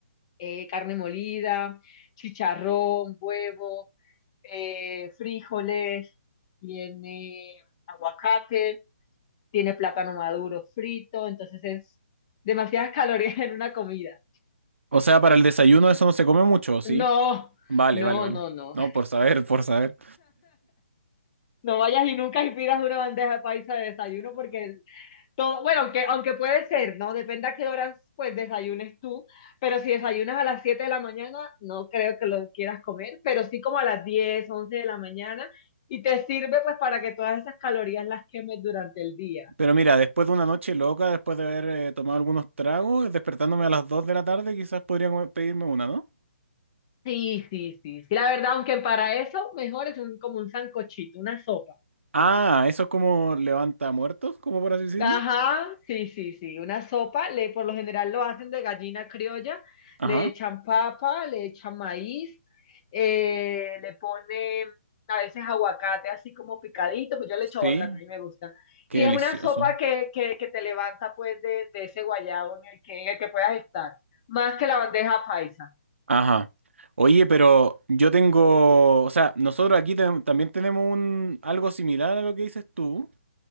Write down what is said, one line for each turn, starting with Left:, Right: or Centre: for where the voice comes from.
Left: eh, carne molida, chicharrón, huevo, eh, frijoles, tiene aguacate, tiene plátano maduro frito, entonces es demasiadas calorías en una comida.
Right: O sea, para el desayuno eso no se come mucho, ¿o ¿sí?
Left: No,
Right: Vale,
Left: no,
Right: vale, vale.
Left: no, no.
Right: No, por saber, por saber.
Left: No vayas y nunca y pidas una bandeja paisa de desayuno porque el- todo, bueno, aunque, aunque puede ser, ¿no? Depende a qué horas pues desayunes tú, pero si desayunas a las 7 de la mañana, no creo que lo quieras comer, pero sí como a las 10 11 de la mañana y te sirve pues para que todas esas calorías las quemes durante el día.
Right: Pero mira, después de una noche loca, después de haber eh, tomado algunos tragos, despertándome a las 2 de la tarde, quizás podría comer- pedirme una, ¿no?
Left: Sí, sí, sí, sí. La verdad, aunque para eso mejor es un, como un sancochito, una sopa.
Right: Ah, eso es como levanta muertos, como por así decirlo.
Left: Ajá, sí, sí, sí, una sopa. Le, por lo general lo hacen de gallina criolla.
Right: Ajá.
Left: Le echan papa, le echan maíz, eh, le ponen a veces aguacate así como picadito, pues yo le echo
Right: Sí,
Left: aguacate, a mí me gusta.
Right: qué
Left: Y
Right: delicioso.
Left: es una sopa que, que, que te levanta pues de, de ese guayabo en el que, en el que puedas estar. Más que la bandeja paisa.
Right: Ajá. Oye, pero yo tengo, o sea, nosotros aquí ten- también tenemos un algo similar a lo que dices tú,